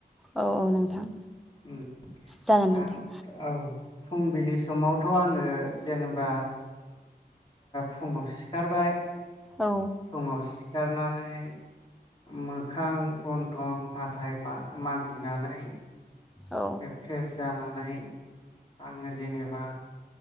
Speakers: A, in the centre; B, on the left.
A: औ नोंथां
B: उम
A: जागोन नोंथां
B: आं औ फुंबिलि समावथ' आङो जेनेबा फुङाव सिखारबाय <unintelligible>
A: औ
B: सिखारनानै मोखां गन्थं हाथाय मानजिनानै
A: औ
B: फ्रेस जानानै आङो जेनेबा